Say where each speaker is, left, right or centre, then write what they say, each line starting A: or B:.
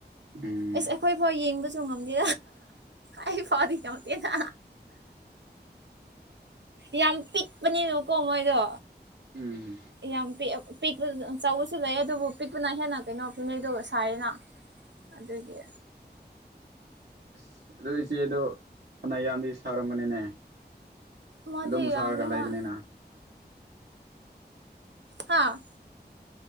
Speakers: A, on the right (about 70°); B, on the right (about 85°).
A: ꯎꯝ
B: ꯏꯁ ꯑꯩꯈ‌ꯣꯏ ꯐꯥꯎ ꯌ‌ꯦꯡꯗ ꯁꯨ ꯉꯝꯗꯦ ꯑꯩ ꯐꯥꯎꯗꯤ ꯉꯝꯗ‌ꯦꯅꯥ ꯌꯥꯝ ꯄꯤꯛꯄꯅꯦꯕꯀꯣ ꯃꯣꯏꯗꯣ
A: ꯎꯝ
B: ꯌꯥꯝ ꯄꯤꯛ ꯄꯤꯛꯄ ꯆꯥꯎꯕꯁꯨ ꯂꯩ ꯑꯗꯨꯕꯨ ꯄꯤꯛꯄꯨꯅ ꯍꯦꯟꯅ ꯀꯩꯅꯣ ꯐꯤꯅ‌ꯦꯛꯗꯣ ꯁꯌ‌ꯦꯅꯥ ꯑꯗꯨꯒꯤ
A: ꯑꯁ ꯑꯗꯣ ꯏꯆꯦꯗꯣ ꯐꯅ ꯌꯥꯝꯗꯤ ꯁꯥꯔꯝꯒꯅꯤꯅꯦ
B: ꯃꯥꯗꯤ
A: ꯑꯗꯨꯝ ꯁꯥꯔꯒ
B: ꯌꯥꯝꯃꯦ
A: ꯂꯩꯕꯅꯤꯅ
B: ꯍꯣꯏ ꯍꯥꯥ